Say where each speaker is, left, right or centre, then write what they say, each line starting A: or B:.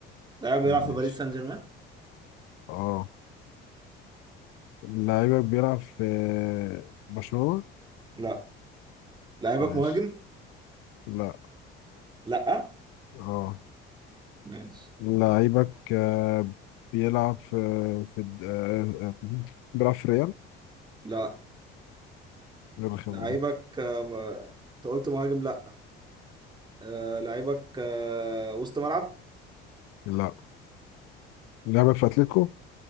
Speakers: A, on the right (about 20°); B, on the left (about 75°).
A: لعيبك
B: ماشي
A: بيلعب في باريس سان جيرمان
B: اه لعيبك بيلعب في برشلونة
A: لا لعيبك
B: ماشي
A: مهاجم
B: لا
A: لا
B: اه
A: ماشي
B: لعيبك آه، بيلعب في في الد- آه، آه، بيلعب في ريال
A: لا
B: غير الخيمة
A: لعيبك
B: دي
A: آه، ما- انت قلت مهاجم لا آه، لعيبك آه، وسط ملعب
B: لا لعيبك في اتلتيكو